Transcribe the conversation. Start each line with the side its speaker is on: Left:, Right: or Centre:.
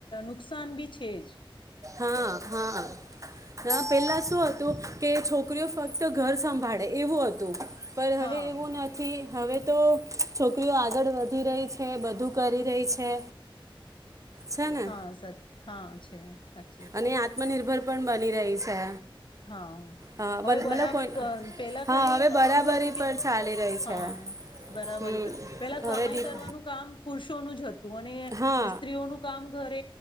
Left: નુકસાન બી છે જ.
Right: હા હા હ પેલા શું હતું કે છોકરીઓ ફક્ત ઘર સંભાળે એવું હતું. પર હવે
Left: હા
Right: એવું નથી હવે તો. છોકરીઓ આગળ વધી રહી છે બધું કરી રહી છે. છે ને
Left: હા સ હા છે. સાચી વાત
Right: અને આત્મનિર્ભર. પણ બની રહી છે.
Left: હા
Right: હા
Left: હવે
Right: બન
Left: બરાબર
Right: મતલબ કોન
Left: ક પેલા
Right: હા
Left: ખાલી
Right: હવે બરાબરી
Left: એવું હતું કે
Right: પર ચાલી રહી છે
Left: હા બરાબર
Right: હમ
Left: પેલા કમાઈ
Right: હવે ડીપ
Left: કરવાનું કામ પુરુષોનું જ હતું.
Right: હા
Left: સ્ત્રીઓનું કામ. ઘરે